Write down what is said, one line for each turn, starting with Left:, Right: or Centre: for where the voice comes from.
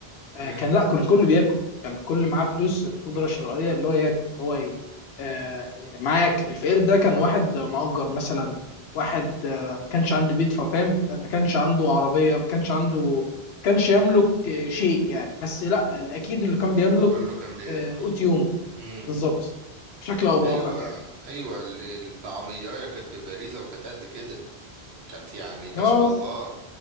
Left: آه
Right: امم
Left: كان لا كان الكل بياكل كان الكل معاه فلوس قدره شرائيه اللي هو ياكل اللي هو ي- آه معاه ياكل. الفقير ده كان واحد مؤجر مثلا واحد آه ما كانش عنده بيت فاهم آه، ما كانش عنده عربيه ما كانش عنده ما كانش يملك آه، شيء يعني بس لا اكيد اللي كان بيملك
Right: كله كان بياكل
Left: آه قوت يومه
Right: امم
Left: بالظبط بشكل او باخر
Right: ايوه
Left: يعني
Right: ايوه ال- الطعميه كانت بباريزه وكانت قد كده كانت يعني ما
Left: اه
Right: شاء الله